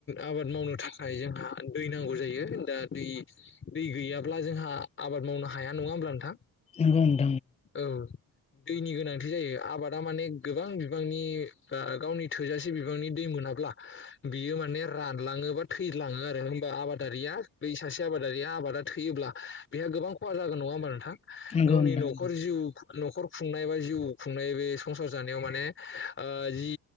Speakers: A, on the left (about 35°); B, on the left (about 20°).
A: आबाद मावनो थाखाय जोंहा दै नांगौ जायो दा दा दै-दै गैयाब्ला जोंहा आबाद मावनो हाया नङा होमब्ला नोंथां?
B: नोंगौ
A: औ दैनि गोनांथि जायो, आबादा माने गोबां बिबांनि ओ गावनि थोजासे बिबांनि दै मो नाब्ला बियो माने रानलाङो बा थैलाङो आरो होमबा आबादारिया बै सासे आबादारिया आबादा थैयोब्ला बेहा गोबां खहा जागोन नङा होमबा नोंथां।
B: नोंगौ नोंथां
A: खर जिउ न'खर खुंनाय बा जिउ खुंनाय बे संसार जानायाव माने ओ जि